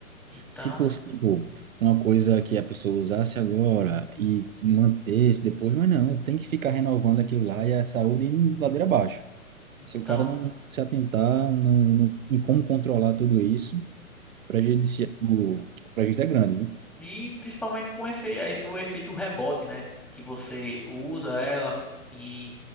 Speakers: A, in the centre; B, on the right (about 70°).
A: Então,
B: Se fosse, tipo, uma coisa que a pessoa usasse agora e mantesse depois, mas não, tem que ficar renovando aquilo lá e a saúde indo ladeira abaixo.
A: então.
B: Se o cara não se atentar não, não, em como controlar tudo isso, prejudici- o o prejuízo é grande, viu?
A: E principalmente com efeito, esse é o efeito rebote, né? Que você usa ela e